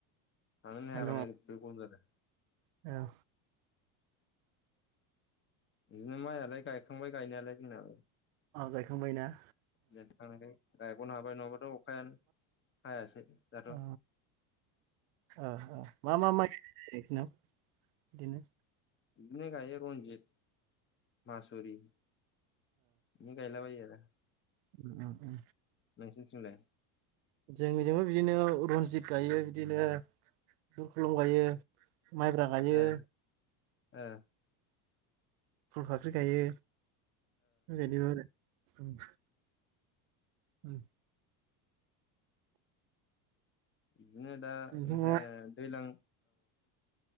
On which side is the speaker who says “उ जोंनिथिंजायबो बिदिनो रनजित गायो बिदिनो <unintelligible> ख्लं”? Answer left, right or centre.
Right